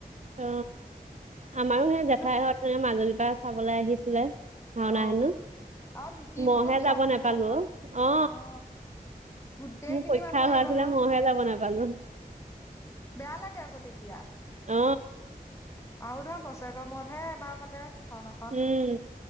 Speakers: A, on the right; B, on the left.
A: অ আমাৰো সেই
B: কিন্তু
A: জেঠাই হত মাজুলীৰ পৰা চাবলৈ আহিছিলে। হাওনা
B: অ
A: হেনো
B: আৰু মিতিৰ
A: মইহে
B: কুটুম চব
A: যাব
B: আহিব
A: নোপালো
B: নহয়।
A: অ।
B: অ গোটেই
A: মোৰ
B: খিনি
A: পৰীক্ষা
B: মানুহ
A: হোৱা
B: আহিব
A: আছিলে
B: নহয়।
A: মইহে যাব নাপালো।
B: বেয়া লাগে আকৌ তেতিয়া।
A: অ।
B: আৰু ধৰা বছৰেকৰ মূৰতহে এবাৰ পাতে। ভাওনাখন।
A: উম